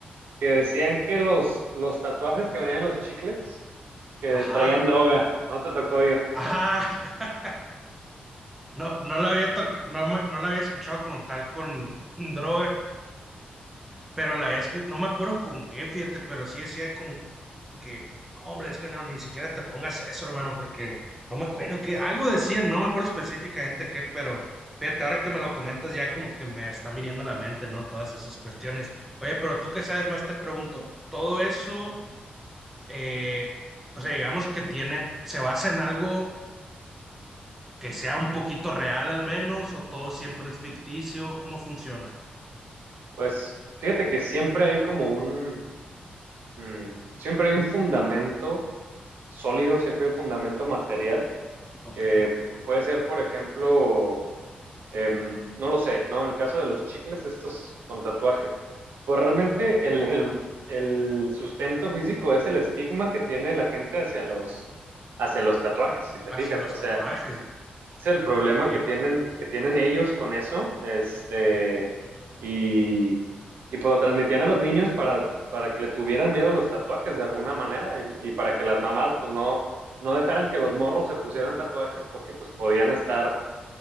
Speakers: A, on the right; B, in the centre.
A: que decían que los, los tatuajes que venían en los chicles, que
B: Ajá,
A: traían droga, no te tocó ir.
B: ajá. <laughs> No, no la había toc- no, me- no la había escuchado como tal con con droga, pero la había escuchado, no me acuerdo con qué, fíjate, pero sí decía como que, "No, hombre, es que no, ni siquiera te pongas eso, hermano, porque no me acuerdo que algo decían, no me acuerdo específicamente qué, pero fíjate, ahora que me lo comentas ya como que me están viniendo a la mente, ¿no? Todas esas cuestiones. Oye, pero tú que sabes más, te pregunto, todo eso, eh, o sea, digamos que tiene, se basa en algo que sea un poquito real al menos, o todo siempre es ficticio, ¿cómo funciona?
A: Pues, fíjate que siempre hay como un Mm, Siempre hay un fundamento sólido, siempre hay un fundamento material
B: Ok,
A: que pu- puede ser, por ejemplo, em, no lo sé, ¿no? En el caso de los chicles, estos con tatuaje, pues realmente el, el- el sustento físico es el estigma que tiene la gente hacia los, hacia los tatuajes, si te
B: hacia
A: fijas.
B: los
A: O sea,
B: tatuajes,
A: es el problema
B: ¿no? Ok.
A: que tienen, que tienen ellos con eso, este, y, y pues lo transmitían a los niños para, para que le tuvieran miedo a los tatuajes de alguna manera y, y para que las mamás pues no, no dejaran que los morros se pusieran tatuajes porque pues podían estar